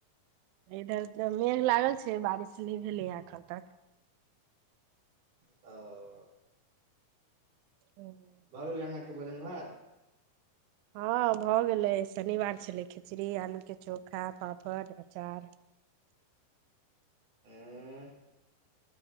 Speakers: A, on the right; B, on the right.
A: इधर मेघ लागल छै बारिश नहि भेलैए एखन तक
B: आ
A: ह
B: भऽ गेलै अहाँके भोजन भात
A: हँ भऽ गेलै शनिवार छलै खिचड़ी आलूके चोखा पापड़ अचार
B: आँ